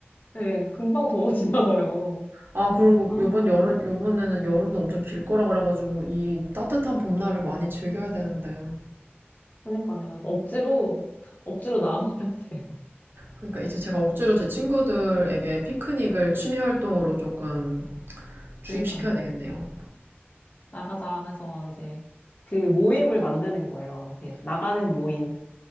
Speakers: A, on the left (about 40°); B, on the right (about 55°).
A: 네, 금방 더워지잖아요.
B: 아, 그리고
A: 아,
B: 요번 여름, 요번에는 여름도 엄청 길 거라 그래가지고 이 따뜻한 봄날을 많이 즐겨야 되는데.
A: 그러니까요. 이거 억지로, 억지로 나가야 돼요.
B: 그러니까 이제 제가 억지로 제 친구들에게 피크닉을 취미 활동으로 조금 주입시켜야
A: 그러니까요.
B: 되겠네요.
A: 나가자 해서 이제 그 모임을 만드는 거예요. 이렇게 나가는 모임.